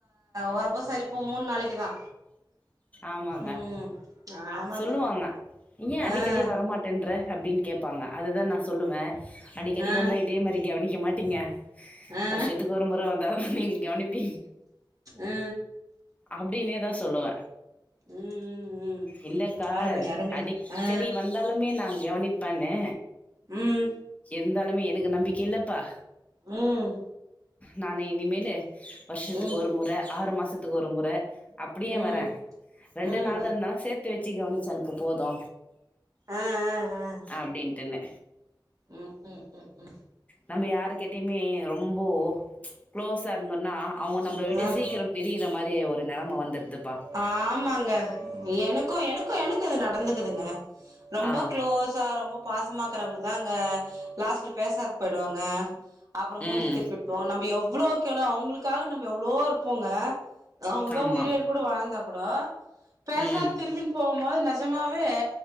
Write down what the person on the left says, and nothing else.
ஆமாங்க
சொல்லுவாங்க ஏ அடிக்கடி
வரமாட் டன்ற அப்டின்னு கேப்பாங்க அதுதா நா சொல்லுவ அடிக்கடி
வந்தா இதே மாரி கவனிக்க மாட்டிங்க
வருஷத்துக்கு ஒரு மொற வந்தா தா நீங்க கவனிப்
அப்படினே தா சொல்லுவ
இல்லக்கா
அடிக்கடி
வந் ந்தாலுமே நா கவனிப்பனு
இருந்தாலுமே எனக்கு நம்பிக்க இல்லப்பா
நானு இனிமேலு வருஷத்துக்கு
ஒரு முற ஆறு மாசத்துக்கு ஒரு முறை அப்படியே
வர ரெண்டு
நாள்ல இருந்தாலு சேத்து வச்சு கவனிச்சு அனுப்பு போது
அப்டின்ட்டுனு
நம்ப யாருக்கிட்டயுமே ரொம்ப க்ளோஸா இருந்தோம்னா அவங்க நம்பள விட்டு
சீக் கிரம் பிரியுற மாரியே ஒரு நெலம வந்துடுதுப்பா
ஆ
ம்
ஆமா
ம்